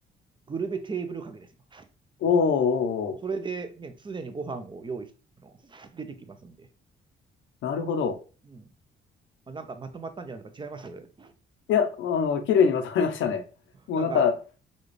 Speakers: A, on the right; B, on the left.
A: グルメテーブルかけですよ。
B: おーおーお
A: それで、ね、常にご飯を用意しあの、出てきますんで。
B: ーなるほど。
A: うん。まあ、なんかまとまったんじゃないですか違います
B: いや、あの、綺麗にまとまりましたね。もうなんか、
A: なんか、